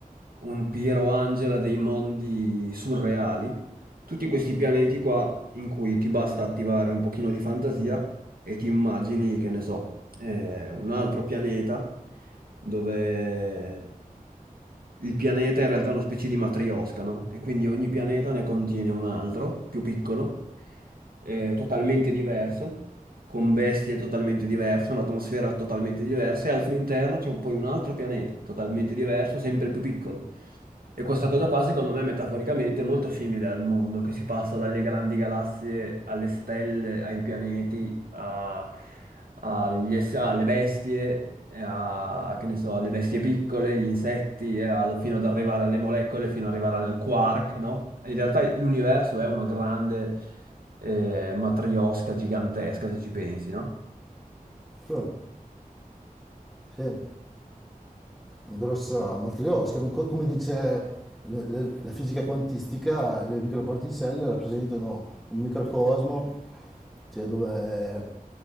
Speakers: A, on the right; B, in the centre.
A: un Piero Angela dei mondi surreali. Tutti questi pianeti qua in cui ti basta attivare un pochino di fantasia e ti immagini, che ne so. eh, un altro pianeta dove il pianeta in realtà è una specie di matriosca, no? E quindi ogni pianeta ne contiene un altro, più piccolo, eh, totalmente diverso, con bestie totalmente diverse, un'atmosfera totalmente diversa, e al suo interno c'è poi un altro pianeta totalmente diverso, sempre più piccolo. E questa cosa qua, secondo me, metaforicamente è molto simile al mondo che si passa dalle grandi galassie alle stelle, ai pianeti, a- agli ess- alle bestie, e a- che ne so, alle bestie piccole, gli insetti, e a- fino ad arrivare alle molecole, fino ad arrivare al quark, no? E In realtà l'universo è una grande eh, matriosca gigantesca, se ci pensi, no?
B: Sì, sì, una grossa matriosca, una co- come dice le- le- la fisica quantistica, le microparticelle rappresentano un microcosmo, cioè dove